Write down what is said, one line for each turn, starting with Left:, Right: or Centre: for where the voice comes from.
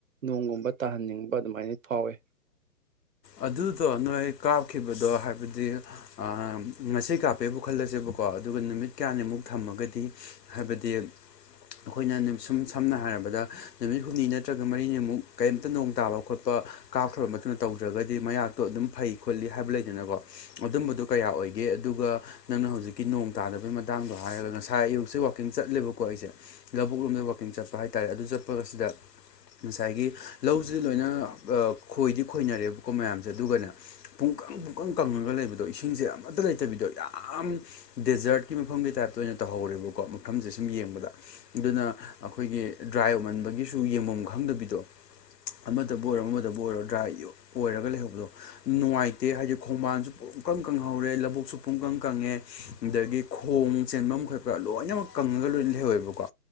Right: ꯅꯣꯡꯒꯨꯝꯕ ꯇꯥꯍꯟꯅꯤꯡꯕ ꯑꯗꯨꯃꯥꯏꯅ ꯐꯥꯎꯋꯦ
Left: ꯑꯗꯨꯗꯣ ꯅꯣꯏ ꯀꯞꯈꯤ ꯉꯁꯤ ꯀꯥꯞꯄꯦꯕꯨ ꯈꯜꯂꯁꯦꯕ ꯀꯣ ꯑꯗꯨꯒ ꯅꯨꯃꯤꯠ ꯀꯌꯥꯅꯤꯃꯨꯛ ꯊꯝꯃꯒꯗꯤ ꯍꯥꯏꯕꯗꯤ ꯑꯩꯈꯣꯏꯅ ꯁꯨꯝ ꯁꯝꯅ ꯍꯥꯏꯔꯕꯗ ꯅꯨꯃꯤꯠ ꯍꯨꯝꯅꯤꯅ ꯅꯠꯇ꯭ꯔꯒ ꯃꯔꯤꯅꯤꯃꯨꯛ ꯀꯔꯤꯝꯇ ꯅꯣꯡ ꯇꯥꯕ ꯈꯣꯠꯄ ꯀꯥꯞꯈ꯭ꯔꯕ ꯃꯇꯨꯡꯗ ꯇꯧꯗ꯭ꯔꯒꯗꯤ ꯃꯌꯥꯛꯇꯣ ꯑꯗꯨꯝ ꯐꯩ ꯈꯣꯠꯂꯤ ꯍꯥꯏꯕ ꯂꯩꯗꯅꯀꯣ ꯑꯗꯨꯝꯕꯗꯨꯣ ꯀꯌꯥ ꯑꯣꯏꯒꯦ ꯑꯗꯨꯒ ꯅꯪꯅ ꯍꯧꯖꯤꯛ ꯀꯤ ꯅꯣꯡ ꯇꯥꯗꯕꯒꯤ ꯃꯇꯥꯡꯗꯣ ꯍꯥꯏꯔꯒ ꯉꯁꯥꯏ ꯑꯌꯨꯛꯁꯦ ꯋꯥꯀꯤꯡ ꯆꯠꯂꯦꯕꯀꯣ ꯑꯩꯁꯦ ꯂꯥꯕꯨꯛ ꯂꯣꯝꯗ ꯋꯥꯥꯛꯀꯤꯡ ꯆꯠꯄ ꯍꯥꯏꯇ ꯑꯗꯨ ꯆꯠꯄꯁꯤꯗ ꯉꯁꯥꯏꯒꯤ ꯂꯧꯁꯤꯗꯤ ꯂꯣꯏꯅ ꯈꯣꯏꯗꯤ ꯈꯣꯏꯅꯔꯦꯕꯀꯣ ꯃꯌꯥꯝꯁꯦ ꯑꯗꯨꯒꯅ ꯄꯨꯡꯀꯪ ꯄꯨꯡꯀꯪ ꯀꯪ ꯂ ꯂꯩꯕꯗꯣ ꯏꯁꯤꯡꯁꯦ ꯑꯃꯠꯇ ꯂꯩꯇꯕꯤꯗꯣ ꯌꯥꯝ ꯗꯦꯖꯔꯠꯀꯤ ꯃꯐꯝꯒꯤ ꯇꯥꯏꯞꯇ ꯑꯣꯏꯅ ꯇꯧꯍꯧꯔꯦꯕꯀꯣ ꯃꯐꯝꯁꯦ ꯁꯨꯝ ꯌꯦꯡꯕꯗ ꯑꯗꯨꯅ ꯑꯩꯈꯣꯏꯒꯤ ꯗ꯭ꯔꯥꯏ ꯑꯣꯏꯃꯟꯕꯒꯤꯁꯨ ꯌꯦꯡꯐꯝ ꯈꯪꯗꯕꯤꯗꯣ ꯑꯃꯗꯕꯨ ꯑꯣꯏꯔꯣ ꯑꯃꯗꯕꯨ ꯑꯣꯏꯔꯣ ꯗ꯭ꯔꯥꯏ ꯑꯣꯏꯔꯒ ꯂꯩꯍꯧꯕꯗꯣ ꯅꯨꯡꯉꯥꯏꯇꯦ ꯍꯥꯏꯗꯤ ꯈꯣꯡꯕꯥꯟꯁꯨ ꯄꯨꯡꯀꯪ ꯀꯪꯍꯧꯔꯦ ꯂꯧꯕꯨꯛꯁꯨ ꯄꯨꯡꯀꯪ ꯀꯪꯉꯦ ꯑꯗꯒꯤ ꯈꯣꯡ ꯆꯦꯟꯐꯝ ꯈ꯭ꯔꯒ꯭ꯔ ꯂꯣꯏꯅꯃꯛ ꯀꯪꯉꯒ ꯂꯣꯏꯅ ꯂꯩꯍꯧꯋꯦꯕꯀꯣ